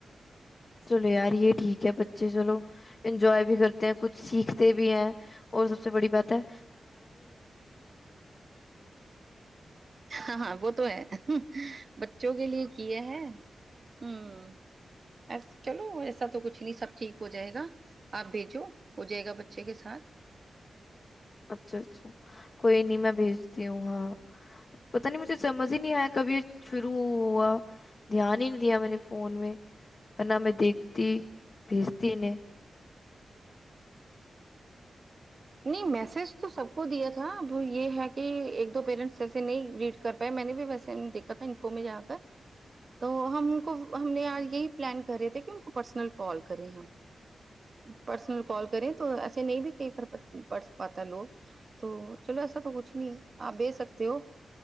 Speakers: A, on the left (about 55°); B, on the right (about 50°).
A: ਚਲੋ ਯਾਰ ਯੇ ਠੀਕ ਕੇ ਬੱਚੇ ਚਲੋ ਇੰਜੋਏ ਵੀ ਕਰਦੇ ਕੁੱਛ ਸਿੱਖ। ਵੀ ਹੈ ਔਰ ਸਭ ਸੇ ਬੜੀ ਬਾਤ ਏ।
B: ਹਾਂ- ਹਾਂ ਵੋ ਤੋ ਹੈ ਬੱਚੋ ਕੇ ਲਿਏ ਕੀ ਹੈ ਬਸ ਚਲੋ ਐਸਾ ਤਾਂ ਕੁਛ ਨਹੀਂ ਸਭ ਠੀਕ ਹੋ ਜਾਏਗਾ ਆਪ ਭੇਜੋ ਹੋ ਜਾਏਗਾ ਬੱਚੇ ਕੇ ਸਾਥ।
A: ਅੱਛਾ- ਅੱਛਾ। ਕੋਈ ਨੀ ਮੈਂ ਭੇਜਤੀ ਹੂੰ ਹਾਂ। ਪਤਾ ਨੀ ਮੁਝੇ ਸਮਝ ਹੀ ਨਹੀਂ ਆਇਆ ਕਭੀ ਸ਼ੁਰੂ ਹੁਆ ਧਿਆਨ ਹੀ ਨਹੀਂ ਦੀਆਂ ਮੈਂਨੇ ਫੋਨ ਮੇ ਆਪਨਾ ਮੈਂ ਦੇਖਤੀ ਭੇਜਤੀ ਨੇ
B: ਨਹੀਂ ਮੈਸੇਜ ਤਾਂ ਸਭ ਕੋ ਦਿਆਂ ਥਾ ਅਭ ਇਹ ਹੈ ਕਿ ਇੱਕ ਦੋ ਪੇਰੈਂਟਸ ਐਸੇ ਨਹੀਂ ਲੇਟ ਕਰ ਪਾਏ। ਮੈਂ ਵੀ ਵੈਸੇ ਨੀ ਦੇਖਾ ਇਨਫੋਰ ਮੈਂ ਜਾ ਕਰ, ਤੋ ਹਮ ਕੋ ਹਮਨੇ ਅੱਜ ਯਹੀ ਪਲਾਨ ਕਰ ਰਹੇੇ ਕਿ ਪਰਸਨਲ ਕੋਲ ਕਰੇ ਹਮ ਪਰਸਨਲ ਕੋਲ ਕਰੇ। ਤੋ ਅਐਸੇ ਨਹੀਂ ਵੀ ਕਈ ਪਰ ਪੜ ਪਾਤਾ ਲੋਕ ਤੋਂ ਚਲੋ ਐਸਾ ਤਾਂ ਕੁਛ ਨਹੀਂ ਹੈ ਆਪ ਭੇਜ ਸਕਦੇ ਹੋ,